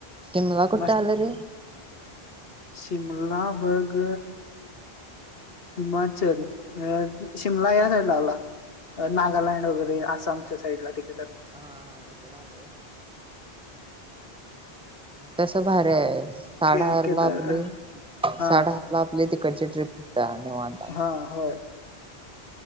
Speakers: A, in the centre; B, on the left.
A: तिमला कुठ
B: मस्त
A: आलं रे
B: शिमला बघ हिमाचल अ शिमला या साईड ला आला नागालँड वगैरे आसामच्या साईडला तिके
A: हा हा ते कढा लते
B: हो
A: तस भारी आहे साड
B: के
A: हार
B: केदार
A: ला आपले
B: हा
A: साड हार ला तिकटची ट्रिप त्या मांतात
B: हा होय